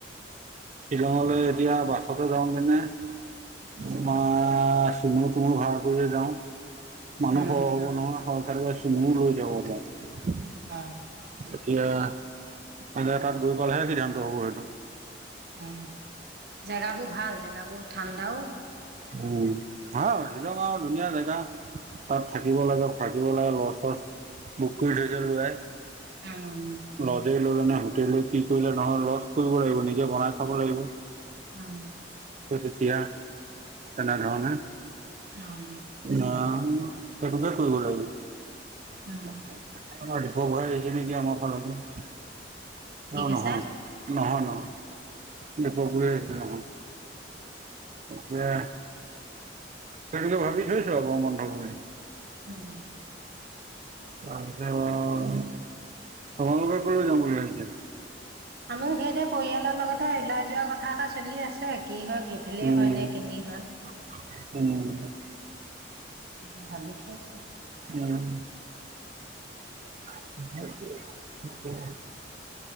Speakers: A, on the right; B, on the right.
A: শ্বিলঙলৈ এতিয়া, বাছতে যাওঁগেনে তোমাৰ, চুমো-তুমো ভাড়া কৰিয়ে যাওঁ মানুহ
B: উম,
A: সৰহ হ'ব নহয়, সৰহ থাকিলে চুমো লৈ যাব পাৰো।
B: অ'।
A: এতিয়া, মানে তাত গৈ গ'লেহে সিদ্ধান্ত হ'ব সেইটো।
B: উম, জেগাবোৰ ভাল, জেগাবোৰ ঠাণ্ডাও
A: উম, ভাল শ্বিলং আৰু ধুনীয়া জেগা। তাত থাকিব লাগে, থাকিব লাগে, লজ-চচ বুক কৰি থৈছে ল'ৰাই।
B: অ উম।
A: লজে ল'লে নে হোটেল, কি কৰিলে, নহ'লে লজ কৰিব লাগিব, নিজে বনাই খাব লাগিব।
B: অ'।
A: চ' তেতিয়া তেনেধৰণে
B: উম।
A: ধৰা, সেইটোকে কৰিব লাগিব।
B: উম,
A: দীপক বৰা আহিছে নেকি আমাৰ ফালৰ পৰা,
B: কি
A: অ'
B: কৈছে?
A: নহয়। নহয়, নহয়, দীপক বৰা আহিছে নহয়। এতিয়া, সেইটোকে ভাবি থৈছো আৰু গৰম বন্ধ বুলি।
B: উম।
A: তাৰপিছত, আপুনালোকে কলৈ যাম বুলি ভাবিছে?
B: আমিও সেইটোৱে, পৰিয়ালৰ লগতে ওলাই যোৱা কথা এটা চলি আছে, কি হয় কি সেইফালেই
A: উম
B: হয় নে কেনি হয়।
A: উম।
B: এনে ভাবি থোৱা আছে।
A: উম। <unintelligible>